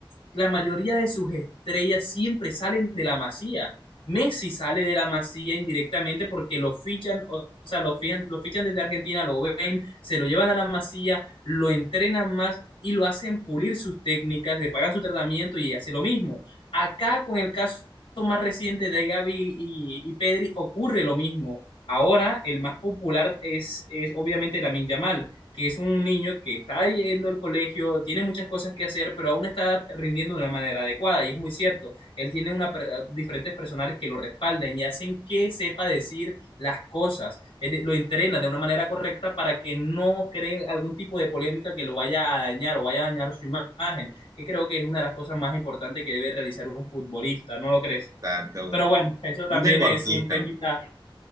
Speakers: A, on the left; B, on the right.
A: la mayoría de sus estrellas siempre salen de la Masía. Messi sale de la Masía indirectamente porque lo fichan, o sea, lo fichan, lo fichan desde Argentina, lo ven, se lo llevan a la Masía, lo entrenan más y lo hacen pulir sus técnicas, le pagan su tratamiento y hace lo mismo. Acá con el caso más reciente de Gavi y, y Pedri ocurre lo mismo. Ahora el más popular es, es obviamente Lamin Yamal que es un niño que está yendo al colegio, tiene muchas cosas que hacer, pero aún está rindiendo de una manera adecuada. Y es muy cierto, él tiene una, diferentes personales que lo respalden y hacen que sepa decir las cosas, él lo entrena de una manera correcta para que no cree algún tipo de polémica que lo vaya a dañar o vaya a dañar su imagen, que creo que es una de las cosas más importantes que debe realizar un futbolista, ¿no lo crees?
B: Exacto,
A: Pero
B: un,
A: bueno, eso también
B: un deportista,
A: es un temita.